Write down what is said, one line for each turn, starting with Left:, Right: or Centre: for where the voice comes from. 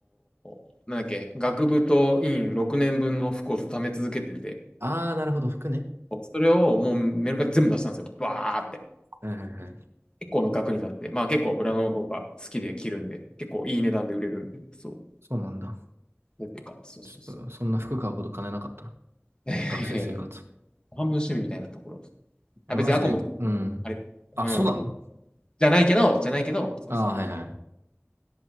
Left: ーなんだっけ、学部と院6年分の服を貯め続けてて、
Right: あー、なるほど、服ね。
Left: それをもうメルカリ全部出したんですよ。バーって。
Right: はいはいはい。
Left: 結構の額になって、まあ結構ブランドの方が好きで着るんで、結構いい値段で売れるんで、そう。
Right: そうなんだ。
Left: なんていうか、そうそうそう。
Right: ちょっと、そんな服買うほど金なかったな。
Left: いやいやいやいや
Right: 学生生活。
Left: 半分趣味みたいなところ。あ、
Right: え、
Left: 別にアコムと、
Right: マジで、うん。
Left: あれ、
Right: あ、
Left: うん。
Right: そうなの
Left: じゃないけど、じゃないけど、そうそう。
Right: あー、はいはい。